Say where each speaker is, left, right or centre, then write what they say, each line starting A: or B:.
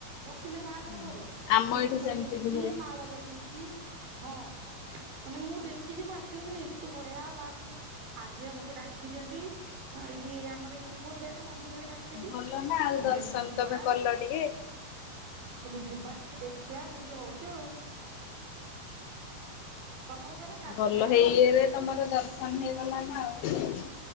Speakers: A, on the right; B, on the left.
A: ବସିଲେ ବାହାଘର
B: ହୁଁ
A: ପରେ
B: ଆମ
A: ମୁକୁଟ
B: ଏଠି ସେମିତି
A: ପିନ୍ଧିକି
B: ବି ହୁଏ
A: ମାଳ ଲଗେଇକି? ହଁ ମାନେ ମୁଁ ଦେଖିକି ମୁ ଆସିିବ କି ଏତେ ବଢିଆ ବାଘ ଯିଏ ଆମକୁ ଡାକିଛନ୍ତି। ହଁ ଏଠି ଆମର ଏଇଠି ଖୋରଧା ମନ୍ଦିରରେ ଡାକିଛନ୍ତି
B: ଭଲ ନା ଆଉ
A: ମୁ
B: ଦର୍ଶନ
A: କାଲି ଯିବା
B: ତମେ କଲ ଟିକେ।
A: ଖାଲି ଯିବା ଟିକେ ଦେଖଆ କେମିତି ହଉଛି ଆଉ? ତମର ତାହେଲେ କାଲି
B: ଭଲ
A: ନା
B: ହେଇରେ ତମର ଦର୍ଶନ ହେଇଗଲା ନା ଆଉ